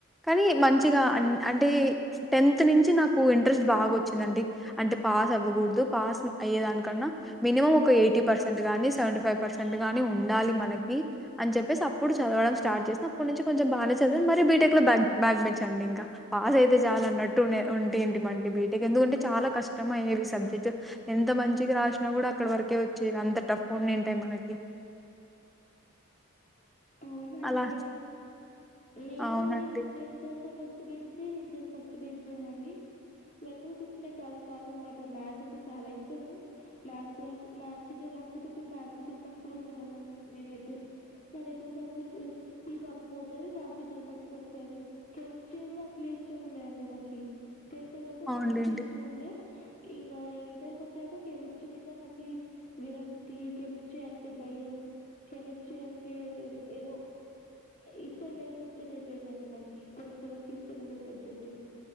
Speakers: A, in the centre; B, on the left.
A: కానీ మంచిగా అంటే టెన్త్ నుంచి నాకు ఇంట్రెస్ట్ బాగా వచ్చిందండి అంటే పాస్ అవ్వకూడదు పాస్ అయ్యే దానికన్నా మినిమం ఒక ఎయిట్ టీ పర్సెంట్ గాని సెవెీ ఫైవ్ పర్సెంట్గాని ఉండాలి మనకి అని చెప్పేసి అప్పుడు చదవడం స్టార్ట్ చేస్ ప్పటి నుంచి కొంచెం బాగానే చదివం మరి బీటెక్ లో బగ్ బ్యాక్ బెంచ్ అండి ఇంకా పాస్ అయితే చాలన్నట్టు ఉనే ఉం ఏంటి మంటే బీటెక్ ఎందుకంటే చాలా కష్టం అయ్యేవి సబ్జెక్ట్ ఎంత మంచికి రాసినా కూడా అక్కడి వర్కే వి అంత టఫ్ ఉండింటాయి మనకి
B: హామ్ అవునా
A: అలా
B: అండి నేను
A: అవునండి
B: టెన్త్ అంతా ఫస్ట్ ఫస్ట్ బెంచే ఇంటర్ ఫస్ట్ బెంచేనండి వెనకల కూర్చునే కాదు కాదనమాట మ్యాథ్ అంటే చాలా ఇష్టము మ్యాథస్ క్లాస్ మ్యాథ్స్ టీచర్ లేకపోతేడు మ్యా్స్ టీచర్ పట్టుకుని వచ్చే వాళ్ళమ్ నేనైతే నన్న చూ అందరు ఈ పాప పోతది మాథ్స్ టీచర్ ని పట్టుకొస్తది కెమిస్ట్రీ కూడా అట్లా ఇష్టం ఉండే అం నకి టెన్త్ వరకు
A: అవునులేండి
B: కెమిస్ట్రీ ఇష్టముండే ఇంగ ఇంటర్ కొ చ్చాక కెమిస్ట్రీ మీద నాకి విరక్తి కెమిస్ట్రీ అంటే భయం కెమిస్ట్రీ అ టే ఏదో ఇష్టం లేని సబ్జెక్ట్ అయిపోయిందండి నాకు టెన్త్ వరకు ఇష్టం ఉండే సబ్జెక్టు